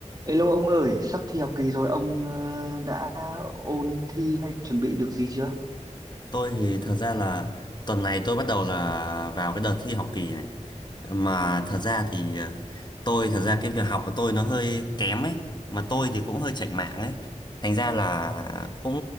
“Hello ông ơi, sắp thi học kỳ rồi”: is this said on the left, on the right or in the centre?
Right